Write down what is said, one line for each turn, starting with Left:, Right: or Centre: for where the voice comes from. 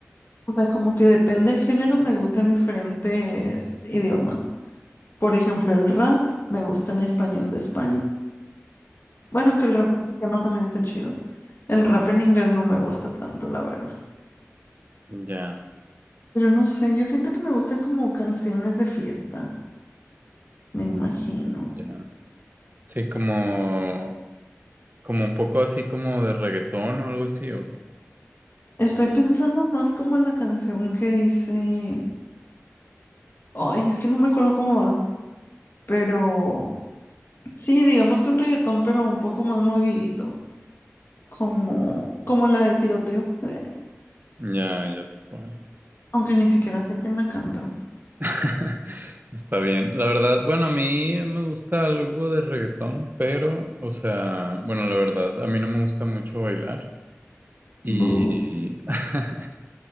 Left: O sea, como que depende del género, me gustan diferentes idiomas. Por ejemplo, el rap me gusta en español de España. Bueno, aunque el rap mexicano también está chido. El rap en inglés no me gusta tanto, la verdad.
Right: ya,
Left: Pero no sé, yo siento que me gustan como canciones de fiesta, me imagino.
Right: ya. Sí, como, como un poco así como de reggaetón o algo así, ok.
Left: Estoy pensando más como en la canción que dice... Ay, es que no me acuerdo cómo va. Pero sí, digamos que un reggaetón, pero un poco más movidito. Como, como la de tiroteo. <laughs>
Right: Ya, ya sé cuál.
Left: Aunque ni siquiera sé quién la canta.
Right: <laughs> Está bien. La verdad, bueno, a mí me gusta algo de reggaetón, pero, o sea, bueno, la verdad, a mí no me gusta mucho bailar. Y,
Left: Bu,
Right: <laughs>